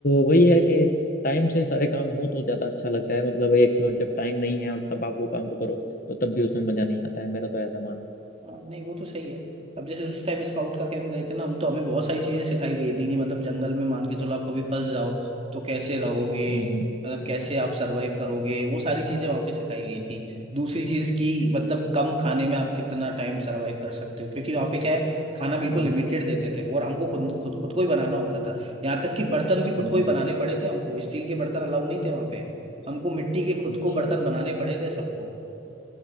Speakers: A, on the left (about 45°); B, on the right (about 30°).
A: वही है कि टाइम से सारे काम हो तो ज्यादा अच्छा लगता है मतलब एक जब टाइम नहीं है और तब आप वो काम को करो तो तब भी उसमें मजा नहीं आता है मेरा तो ऐसा मानना है
B: हाँ, नहीं वो तो सही है अब जैसे उस टाइम स्काउट का कैंप गए थे ना हम तो हमें बहुत सारी चीजें सिखाई गई थी कि मतलब जंगल में मान के चलो आप कभी फंस जाओ तो कैसे रहोगे
A: हम्म हम्म
B: मतलब कैसे आप सरवाइव करोगे वो सारी चीजें वहां पे सिखाई गई थी दूसरी चीज की मतलब कम खाने में आप कितना टाइम सरवाइव कर सकते हो क्योंकि वहां पे क्या है खाना बिल्कुल
A: बहुत
B: लिमिटेड
A: बढ़िया।
B: देते थे वो और हमको खुद खुद खुद को ही बनाना होता था यहाँ तक कि बर्तन भी खुद
A: हम्म,
B: को ही बनाने पड़े थे हमको स्टील के बर्तन अलाउ नहीं थे वहां पे हमको मिट्टी के खुद
A: अच्छा
B: को बर्तन बनाने पड़े थे सबको